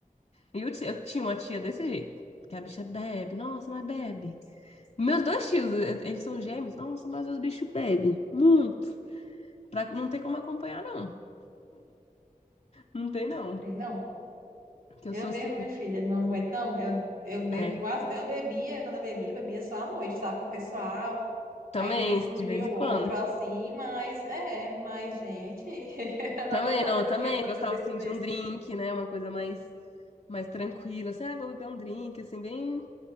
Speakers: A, on the left; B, on the right.
A: E eu, ti- eu tinha uma tia desse jeito. Que a bicha bebe, nossa, mas bebe. Meus dois tios, eh, eles são gêmeos, nossa, mas os bichos bebem muito. Pra, não tem como acompanhar, não. Não tem, não.
B: Tem Não.
A: Que eu
B: Eu
A: sou
B: mesmo,
A: assim.
B: minha filha, não é tão. Eu, eu bebo,
A: É,
B: bas- eu bebia, quando eu bebia, eu bebia só à noite, sabe, com o pessoal.
A: também,
B: Aí de vez em um
A: de
B: dia
A: vez em
B: ou
A: quando.
B: outro, assim, mas é, mas, gente, <laughs> eu
A: Também,
B: não aguento não,
A: não,
B: o dia
A: eu
B: todo
A: também
B: dia ficando
A: gostava,
B: bebendo
A: assim,
B: tudo
A: de
B: isso.
A: um drink, né? Uma coisa mais, mais tranquila, assim, ah, vou beber um drink, assim, bem...